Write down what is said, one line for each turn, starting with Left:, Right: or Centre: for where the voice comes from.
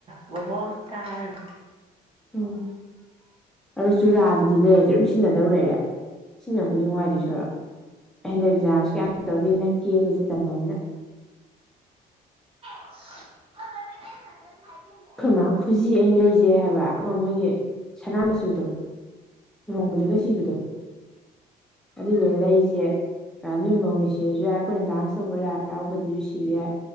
Right: ꯕꯣꯕꯣꯛꯇꯥ ꯍꯥꯏꯍꯜꯂꯨ
Centre: ꯎꯝ ꯑꯗꯣ ꯆꯨꯔꯥꯗꯨꯗꯤꯅꯦ ꯑꯗꯨꯝ ꯁꯤꯖꯤꯟꯅꯗꯧ ꯂꯩꯔꯦ ꯁꯤꯖꯤꯟꯅ ꯈꯨꯗꯤꯡ ꯋꯥꯏꯗꯣꯏ ꯁꯔꯨꯛ ꯍꯟꯗꯛ ꯖꯥꯟꯁꯀ ꯌꯥꯝ ꯇꯧꯗꯣꯏꯅꯦ ꯅꯪ ꯀꯦꯕꯁꯦ ꯇꯝꯃꯕꯅꯤꯅ
Right: <inaudible>
Centre: ꯑꯈꯣꯏ ꯃꯥꯥ ꯈꯨꯖꯤ ꯑꯩꯅ ꯂꯩꯖꯩ ꯍꯥꯏꯕ ꯑꯃ ꯃꯣꯏꯒꯤ ꯁꯅꯥ ꯃꯆꯨꯗꯣ ꯂꯨꯍꯣꯡꯕꯗꯒ ꯁꯤꯕꯗꯣ ꯑꯗꯨꯗꯣ ꯂꯩꯖꯦ ꯅꯣꯏ ꯃꯧꯅ ꯁꯤꯔꯖꯨ ꯌꯥꯏ ꯑꯈꯣꯏꯅ ꯗꯥꯟꯁ ꯇꯧꯕ ꯂꯥꯏ ꯍꯔꯥꯎꯕꯗꯁꯨ ꯁꯤꯕ ꯌꯥꯏ